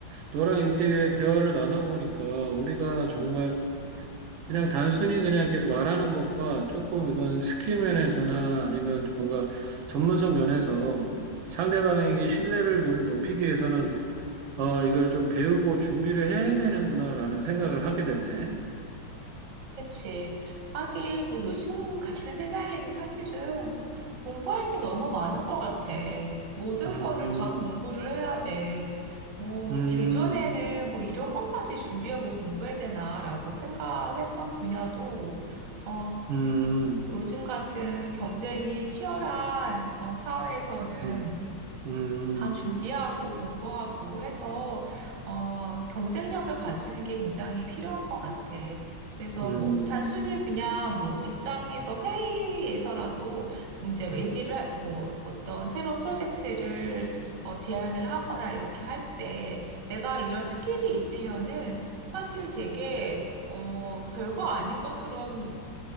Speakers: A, on the right; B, on the right.
A: 너랑 이렇게 대화를 나눠보니까 우리가 정말 그냥 단순히 그냥 이렇게 말하는 것과 조금 이건 스킬 면에서나 아니면 뭔가 전문성 면에서 상대방에게 신뢰를 좀 높이기 위해서는 어, 이걸 좀 배우고 준비를 해야 되는구나라는 생각을 하게 됐네.
B: 그치. 하긴, 뭐, 요즘 같은 세상에는 사실은 공부할 게 너무 많은 것 같아. 모든
A: 음,
B: 거를 다 공부를 해야 돼. 뭐,
A: 음,
B: 그전에는 뭐, 이런 것까지 준비하고 공부해야 되나라고 생각했던 분야도, 어,
A: 음,
B: 요즘 같은 경쟁이 치열한, 어, 사회에서는
A: 음, 음,
B: 다 준비하고 공부하고 해서 어, 경쟁력을 가지는 게 굉장히 필요한 것 같아. 그래서
A: 음,
B: 뭐 단순히 그냥 뭐 직장에서 회의에서라도 이제 얘기를 할- 뭐 어떤 새로운 프로젝트를 어, 제안을 하거나 이렇게 할 때 내가 이런 스킬이 있으면은 사실 되게 어, 별거 아닌 것처럼